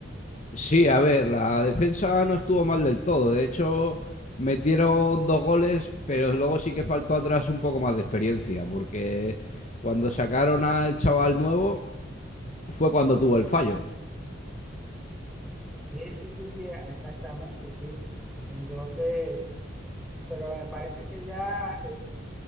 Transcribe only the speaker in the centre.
Sí, sí, sí, sí, exactamente, sí. Entonces, pero me parece que ya